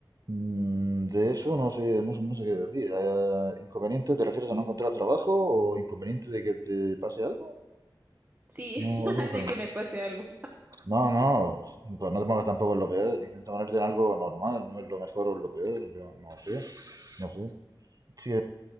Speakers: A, on the right (about 45°); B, on the right (about 25°).
A: Mm, de eso no sé, no sé, no sé qué decir. Eh, ¿inconveniente te refieres a no encontrar trabajo o inconveniente de que te pase algo?
B: Sí,
A: No,
B: <laughs>
A: no,
B: de
A: me
B: que me pase algo.
A: no, no, pues no te pongas tampoco en lo peor. Intenta ponerte en algo normal, no es lo mejor o lo peor, yo no sé, no sé. Si